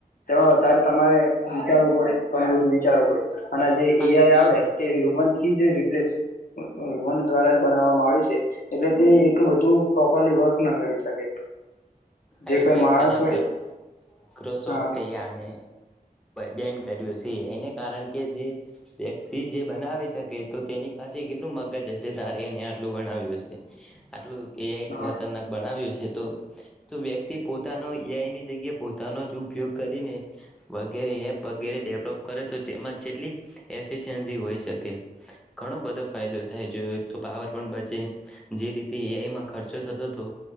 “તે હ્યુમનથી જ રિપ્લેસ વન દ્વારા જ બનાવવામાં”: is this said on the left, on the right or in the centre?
Left